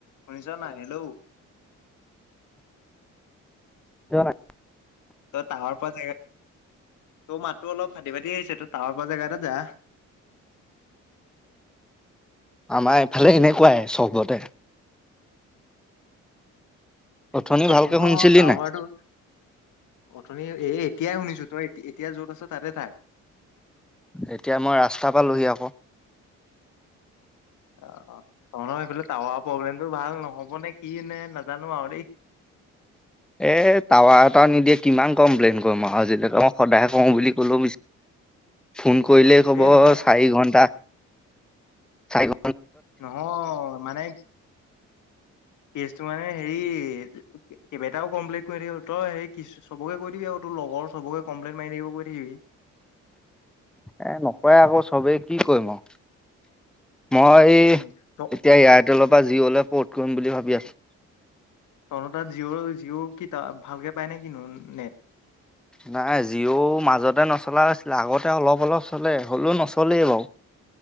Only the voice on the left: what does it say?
শুনিছ নাই হেল্ল'।
তই তাৱৰ পোৱা জেগা তোৰ মাতটো অলপ ফাটি ফাটি আহিছে তই তাৱৰ পোৱা জেগা এটা যা।
টাউনৰ
টাৱাৰটো
অথনি এই এতিয়াই শুনিছো তই এতিয়া য'ত আছ ততে থাক।
অঁ তহঁতৰ সেফালে টাউৰ প্ৰগ্লেমতটো ভাল নহ'ব নে কি নে নাজানো আৰু দেই।
এ নহয়
নহয় মানে কেচটো মানে হেৰি কেইবটাও কমপ্লেইন কৰি থাকিব তই কি চবকে কৈ দিবি আৰু তোৰ লগৰ চবকে কমপ্লেইনট মাৰি থাকিব কৈ থাকিবি।
উম, ত
তহঁতৰ তাত জিঅ' জিঅ' কিতাত ভালকে পায়নে কি নেট?